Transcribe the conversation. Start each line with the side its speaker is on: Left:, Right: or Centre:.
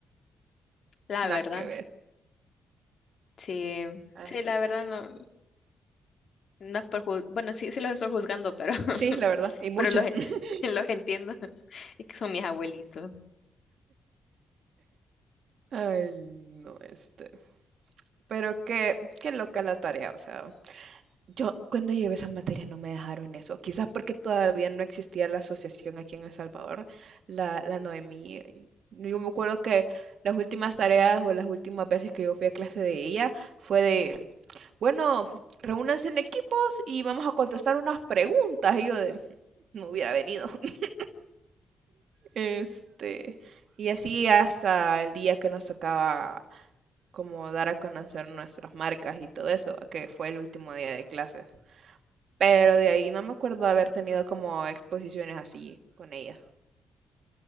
Left: La
Right: nada
Left: verdad,
Right: que ver.
Left: sí,
Right: Así
Left: sí, la verdad
Right: que,
Left: no, no es por juz- bueno, sí, sí los estoy juzgando, pero, <laughs>
Right: sí, la verdad, y mucho.
Left: pero los,
Right: <laughs>
Left: en- los entiendo, <laughs> es que son mis abuelitos.
Right: Ay, no, este. Pero qué, qué loca la tarea, o sea. Yo cuando llevé esa materia no me dejaron eso, quizás porque todavía no existía la asociación aquí en El Salvador, la, la Noemí. Yo me acuerdo que las últimas tareas o las últimas veces que yo fui a clase de ella fue de, bueno, reúnanse en equipos y vamos a contestar unas preguntas. Y yo de, no hubiera venido. <laughs> Este, y así hasta el día que nos tocaba como dar a conocer nuestras marcas y todo eso, que fue el último día de clases. Pero de ahí no me acuerdo de haber tenido como exposiciones así con ella.